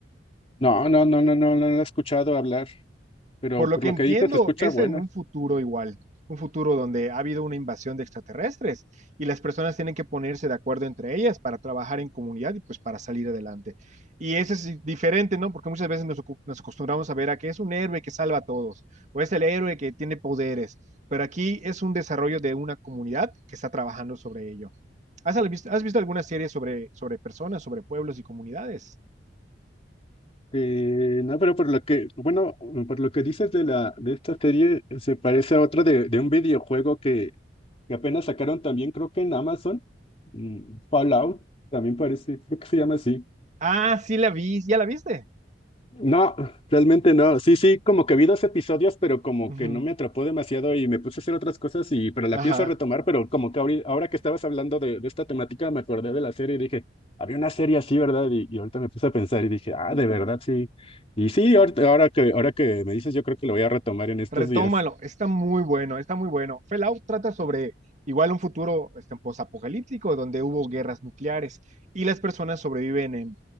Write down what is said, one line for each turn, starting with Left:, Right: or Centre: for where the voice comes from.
Left: No, no, no, no, no, no, lo he escuchado hablar, pero
Right: Por lo
Left: por
Right: que
Left: lo
Right: entiendo,
Left: que dices, se escucha
Right: es
Left: buena.
Right: en un futuro igual, un futuro donde ha habido una invasión de extraterrestres y las personas tienen que ponerse de acuerdo entre ellas para trabajar en comunidad y pues para salir adelante. Y eso es diferente, ¿no? Porque muchas veces nos, ocu- nos acostumbramos a ver a que es un héroe que salva a todos o es el héroe que tiene poderes, pero aquí es un desarrollo de una comunidad que está trabajando sobre ello. ¿Has, al- vis- has visto alguna serie sobre, sobre personas, sobre pueblos y comunidades?
Left: Eh, no, pero por lo que, bueno, por lo que dices de la, de esta serie, eh, se parece a otra de, de un videojuego que, que apenas sacaron también, creo que en Amazon, mm, Fallout, también parece, creo que se llama así.
Right: Ah, sí la vi, ¿ya la viste?
Left: No, realmente no. Sí, sí, como que vi dos episodios, pero como
Right: Ujú,
Left: que no me atrapó demasiado y me puse a hacer otras cosas y, pero la
Right: Ajá.
Left: pienso retomar, pero como que ahori- ahora que estabas hablando de, de esta temática me acordé de la serie y dije, había una serie así, ¿verdad? Y, y ahorita me puse a pensar y dije, ah, de verdad, sí. Y sí, ahorita- ahora que, ahora que me dices, yo creo que lo voy a retomar en estos
Right: Retómalo,
Left: días.
Right: está muy bueno, está muy bueno. Fallout trata sobre igual un futuro este, posapocalíptico donde hubo guerras nucleares y las personas sobreviven en,